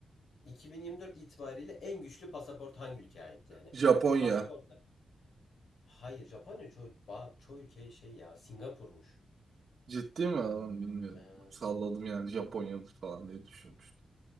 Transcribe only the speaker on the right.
Japonya.
Ciddi mi? Lan Bilmiyorum.
Salladım yani Japonya'dır falan diye düşünmüştüm.